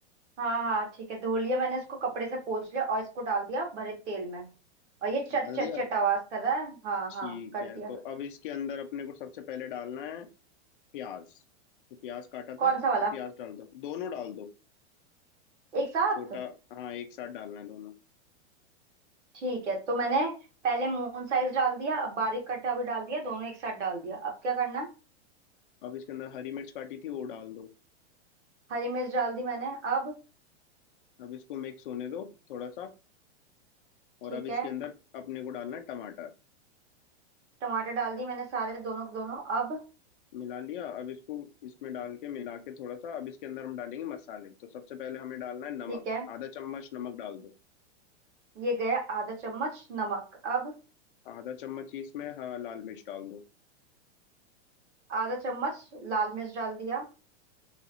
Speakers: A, on the right (about 80°); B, on the left (about 50°).
A: हाँ हाँ ठीक है धो लिया मैंने इसको कपड़े से पोंछ लिया और इसको डाल दिया भरे तेल में और ये चट
B: डाल
A: चट
B: दिया
A: चट आवाज कर रहा है हाँ
B: ठीक
A: हाँ कर
B: है
A: दिया
B: तो अब इसके अंदर अपने को सबसे पहले डालना है प्याज जो प्याज काटा था
A: कौन
B: तो
A: सा वाला
B: प्याज डाल दो दोनों डाल दो
A: एक साथ
B: छोटा हाँ एक साथ डालना है दोनों
A: ठीक है तो मैंने पहले मून साइज डाल दिया अब बारीक कटा भी डाल दिया दोनों एक साथ डाल दिया अब क्या करना है
B: अब इसके अंदर हरी मिर्च काटी थी वो डाल दो
A: हरी मिर्च डाल दी मैंने अब
B: अब इसको मिक्स होने दो थोड़ा सा और
A: ठीक
B: अब इसके
A: है
B: अंदर अपने को डालना है टमाटर
A: टमाटर डाल दी मैंने सारे दोनों के दोनों अब
B: मिला लिया अब इसको इसमें डाल के मिला के थोड़ा सा अब इसके अंदर हम डालेंगे मसाले तो सबसे पहले हमें डालना है नमक
A: ठीक है
B: आधा चम्मच नमक डाल दो
A: ये गया आधा चम्मच नमक अब
B: आधा चम्मच ही इसमें हाँ, लाल मिर्च डाल दो
A: आधा चम्मच लाल मिर्च डाल दिया